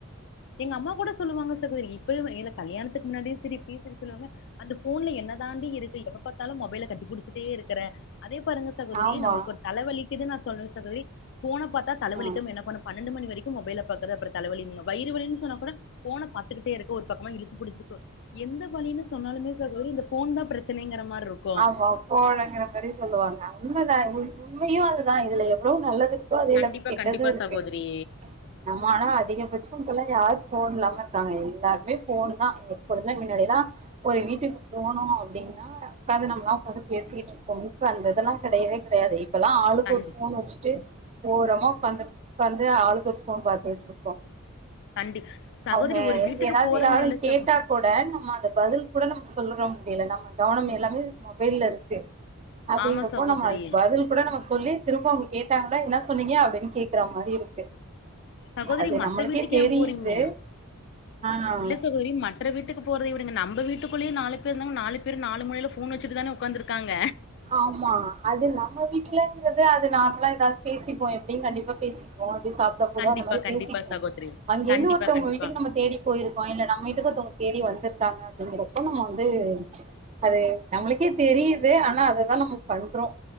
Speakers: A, on the left; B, on the right.
A: எங்க அம்மா கூட சொல்லுவாங்க சகோத்ரி இப்பயுமா இல்ல கல்யாணத்துக்கு முன்னாடியு சரி இப்பயு சரி சொல்லுவாங்க அந்த ஃபோன்ல என்ன தாண்டி இருக்கு எப்ப பாத்தாலு மொபைல கட்டிபுடிச்சுட்டே இருக்கற அதே பாருங்க சகோதரி
B: ஆமா
A: நமக் ஒரு தலவலிக்குதுன் நா சொல்லுவ சகோதரி ஃபோன பாத்தா தலவலிக்காம
B: ஆ
A: என்ன பண்ணு பன் னெண்டு மணி வரைக்கு மொபைல பாக்கற அப்பறோ தலவலி இன்னு வயிறு வலின் சொன்னா கூட ஃபோன பாத்துக்கிட்டே இருக்க ஒரு பக்கமா இழுத்து புடிச்சிருக்கு எந்த வலின்னு சொன்னாலுமே சகோத்ரி இந்த ஃபோன் தா பிரச்சனைங்கிற மார்ருக்
B: ஆமா ஃபோனுங்கிற மாரி சொல்லுவாங்க உண்ம தா உண் உண்மையு அது தா இதுல எவ்ளோ நல்லது இரு க்கோ அது இல்லாம
A: கண்டிப்பா
B: கெட்டது
A: கண்டிப்பா
B: இருக்கு
A: சகோதரி
B: நம்ம ஆனா அதிகபட்சோ பிள்ளைங்க யாரு ஃபோன் இல்லாம இருக்காங்க எல்லாருமே ஃபோனு தா எப்போதுமே மின்னாடில்லா ஒரு வீட்டுக்கு போனோ அப்டின்னா உக்காந்து நம்பல்லா கத பேசிகிட்ருப்போ இப்ப அந்த இதெல்லா கெடையவே கெடையாது இப் பல்லா ஆளுக்
A: கண்டி
B: ஒரு ஃபோன் வச்சிட்டு ஓரமா உக்காந்து உக்காந்து ஆளுக் ஒரு ஃபோன் பாத்துக்கிட்ருக்கோ
A: கண்டி சகோதரி
B: அவுங்க
A: ஒரு வீட்டுக்கு
B: எதாவ்து
A: போறதுன்னு
B: யாரு
A: இல்ல
B: கேட்டா
A: சகோ
B: கூட நம்ம அந்த பதில் கூட நம்ம சொல்லற முடியில நம்ம கவனம் எல்லாமே மொபைல்லருக்கு அப்டிங்கறப்போ
A: ஆமா சகோதரி
B: நம்ம அதுக் பதில் கூட நம்ம சொல்லி திரும்ப அவுங்க கேட்டாங்கனா என்னா சொன்னீங்க அப்டின் கேக்கற மாரி இருக்கு
A: சகோதரி
B: அது
A: மத்த
B: நம்மளுக்கே
A: வீட்டுக்கு
B: தெரியுது
A: ஏ போறீங்க
B: ஆஹ்
A: இல்ல சகோதரி ம வேற வீட்டுக்கு போகிறது விடுங்க நம்ப வீட்டுக்குள்ளய நாலு பேர் இருந்தா நாலு பேரு நாலு மூலைல போன் வெச்சுட்டுதான உக்காந்துருக்காங்க
B: ஆமா அது நம்ம வீட்லங்றது அது நார்மலா எதாவ்து பேசிப்போ எப்டியு கண்டிப்பா பேசிப்போ அப்டி சாப் ட்றப்போலா
A: கண்டிப்பா
B: அந்த மாரி
A: கண்டிப்பா
B: பேசிப்போ
A: சகோதரி
B: அங்கெர்ந்து
A: கண்டிப்பா
B: ஒர்த்தவ்ங்க
A: கண்டிப்பா
B: வீட்டுக்கு நம்ம தேடி போயிருக்கோ இல்ல நம்ம வீட்டுக்கு ஒர்த்தவ்ங்க தேடி வந்திருக்காங்க அப்டிங்கிறப்போ நம்ம வந்து அது நம்ளுக்கே தெரியிது ஆனா அத தா நம்ம பண்றோ